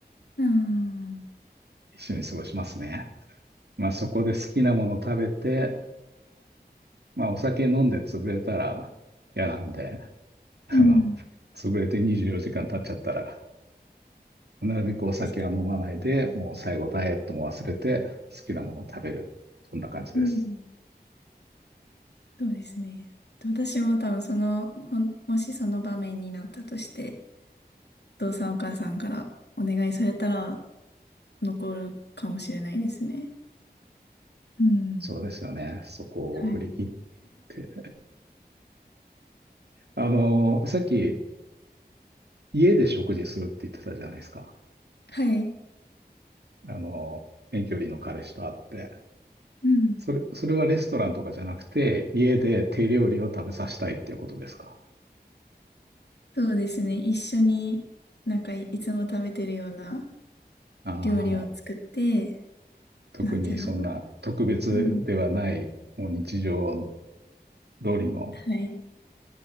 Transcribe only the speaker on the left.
ああ、
うん、
確か
に。
うん。そうですね。で私も多分その、ほん、もしその場面になったとして、お父さんお母さんからお願いされたら残るかもしれないですね。うん。
はい。
はい。
うん。
そうですね。一緒になんかい、いつも食べてるような
料理を作って、
なんて言うんだろう。うん。
はい。